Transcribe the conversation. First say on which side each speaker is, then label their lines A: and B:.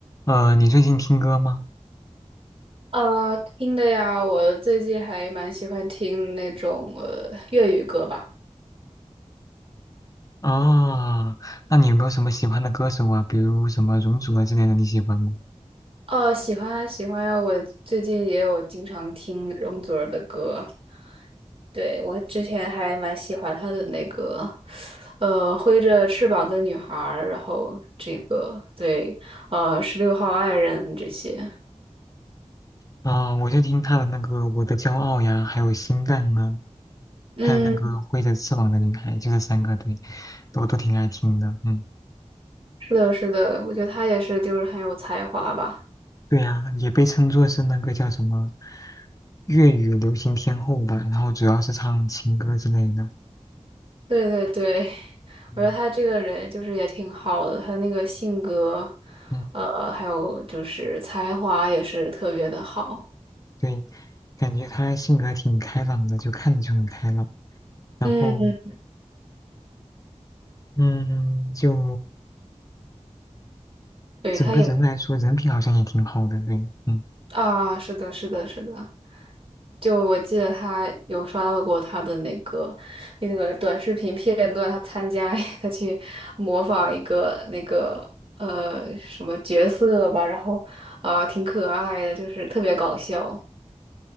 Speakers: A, on the left; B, on the right.
A: 呃，你最近听歌吗？
B: 呃，听的呀，我最近还蛮喜欢听那种呃粤语歌吧。
A: 啊，那你有没有什么喜欢的歌手啊？比如什么容祖儿之类的，你喜欢吗？
B: 哦，喜欢啊喜欢啊，我最近也有经常听容祖儿的歌。对，我之前还蛮喜欢她的那个，呃，挥着翅膀的女孩儿，然后这个对，呃，十六号爱人这些。
A: 啊，我就听他的那个《我的骄傲》呀，还有《心淡》啊，
B: 嗯，
A: 还有那个《挥着翅膀的女孩》，就这三个，对，我都挺爱听的。嗯，
B: 是的，是的，我觉得她也是，就是很有才华吧。
A: 对呀，也被称作是那个叫什么粤语流行天后吧，然后主要是唱情歌之类的。
B: 对对对，
A: 嗯
B: 我觉得他这个人就是也挺好的，他那个性格，
A: 嗯，
B: 呃，还有就是才华也是特别的好。
A: 对，感觉他性格挺开朗的，就看着就很开朗。
B: 嗯，
A: 然后，嗯，就
B: 对，
A: 整个人来说，
B: 他也
A: 人品好像也挺好的，对，嗯，
B: 啊，是的，是的，是的。就我记得他有刷到过他的那个那个短视频片段，他参加 <laughs> 他去模仿一个那个呃什么角色吧，然后啊、挺可爱的，就是特别搞笑。